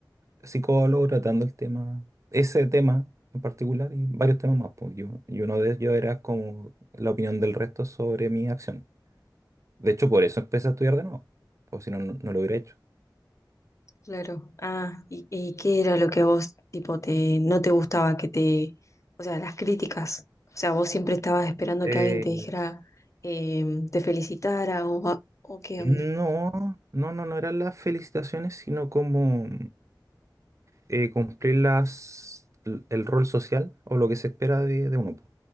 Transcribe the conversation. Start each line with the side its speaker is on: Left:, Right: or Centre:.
Right: psicólogo tratando el tema, ese tema en particular y varios temas más. Pues yo, y uno de ellos era como la opinión del resto sobre mi acción. De hecho, por eso empecé a estudiar de nuevo, pues si no, no no lo hubiera hecho.
Left: claro. Ah, ¿y, y qué era lo que a vos, tipo, te, no te gustaba que te, o sea, las críticas, o sea, vos siempre estabas esperando
Right: Eh,
Left: que alguien te dijera, em, te felicitara o, a- o qué
Right: No,
Left: onda?
Right: no, no, no eran las felicitaciones, sino como eh, cumplir las, l- el rol social o lo que se espera de, de uno, po.